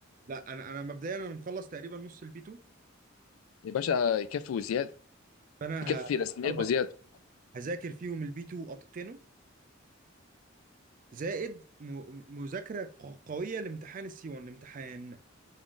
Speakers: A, on the right (about 40°); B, on the left (about 85°).
A: لا انا انا مبدئيا انا مخلص تقريبا نص البي 2
B: يا باشا يكفي وزياده
A: فانا
B: يكفي
A: ه...
B: رسمين
A: اربع
B: وزياده
A: هذاكر فيهم البي 2 واتقنه زائد م- مذاكره ق- قويه لامتحان السي 1 امتحان